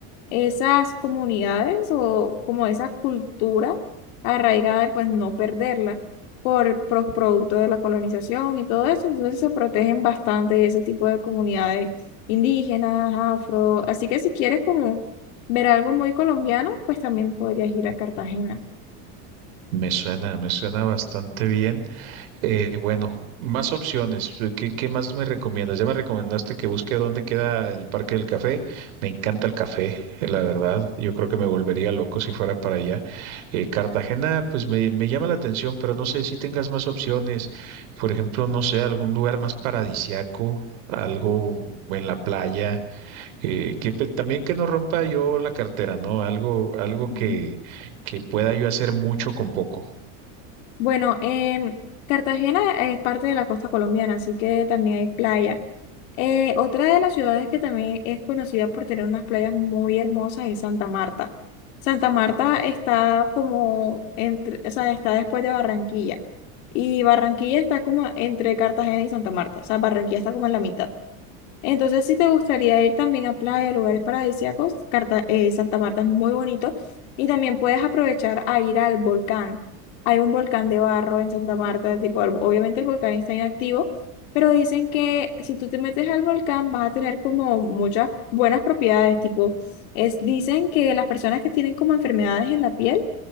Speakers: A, on the left; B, on the right.
A: esas comunidades o como esa cultura arraigada de pues no perderla por, por producto de la colonización y todo eso. Entonces se protegen bastante ese tipo de comunidades indígenas, afro. Así que si quieres como ver algo muy colombiano, pues también podrías ir a Cartagena.
B: me suena, me suena bastante bien. Eh, bueno, más opciones. Eh, ¿Qué, qué más me recomiendas? Ya me recomendaste que busque dónde queda el Parque del Café. Me encanta el café, eh, la verdad. Yo creo que me volvería loco si fuera para allá. Eh, Cartagena, pues me, me llama la atención, pero no sé si tengas más opciones. Por ejemplo, no sé, algún lugar más paradisiaco, algo en la playa, eh, que pe- también que no rompa yo la cartera, ¿no? Algo, algo que,
A: Ujú.
B: que pueda yo hacer mucho con poco.
A: Bueno, em, Cartagena es parte de la costa colombiana, así que también hay playa. Eh, otra de las ciudades que también es conocida por tener unas playas muy hermosas es Santa Marta. Santa Marta está como entre, o sea, está después de Barranquilla. Y Barranquilla está como entre Cartagena y Santa Marta. O sea, Barranquilla está como en la mitad. Entonces, si te gustaría ir también a playa, lugares paradisíacos, Carta- eh, Santa Marta es muy bonito y también puedes aprovechar a ir al volcán. Hay un volcán de barro en Santa Marta, tipo, el- obviamente el volcán está inactivo, pero dicen que si tú te metes al volcán vas a tener como muchas buenas propiedades, tipo, es, dicen que las personas que tienen como enfermedades en la piel